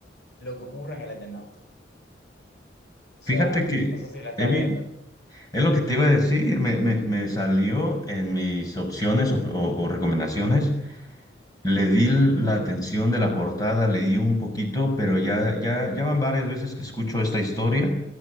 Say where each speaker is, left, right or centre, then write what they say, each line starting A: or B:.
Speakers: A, on the left; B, on the left.
A: lo que ocurre en El Eternauta. O sea,
B: fíjate que
A: no sé si la estás
B: he vi-
A: viendo.
B: es lo que te iba a decir, me, me, me salió en mis opciones o, o- o recomendaciones. Le di la atención de la portada, leí un poquito, pero ya, ya, ya van varias veces que escucho esta historia.